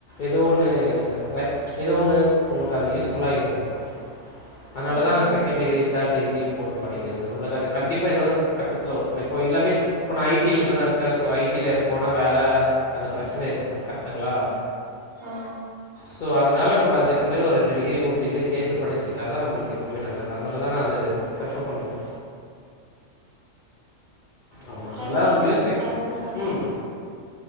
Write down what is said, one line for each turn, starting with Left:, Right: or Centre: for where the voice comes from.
Left: எதுோ ஒண்ணு <unintelligible> ஏதோ ஒண்ணு உங்களுக்கு அது யூஸ்ஃபுல்லா இருக்கும் அதனாலதான்
Right: சரி
Left: நான்
Right: சரி
Left: செகண்ட்டிகிரி தேர்ட் டிகிரி போட்டு படிக்கிறது நம்மளுக்கு அது கண்டிப்பா ஒரு கட்டத்தில்ஒரு சில இருக்கணும் எல்லாமே இப்போ நான் ஐடியில தானே இருக்கேன் ஸோ ஐடியில் போனால் வேலை அந்த பிரச்சனை இருக்குது கரெக்ட்டுங்களா
Right: ஒ
Left: சோ அதனால நம்ம அதுக்கேத்த மாறி ஒரு ரெண்டு டிகிரி மூணு டிகிரி சேர்த்து படுச்சுட்டு <unintelligible> நம்ளுக்கு எப்பவுமே நல்லது அதனாலதான் அது பிரேஃபர் பண்ணுவேன் ஆமாம்
Right: ஃப்ரெண்ஸ்
Left: அதனால உங்களையும் செக்
Right: யாராவது இருக்காங்களா
Left: ம்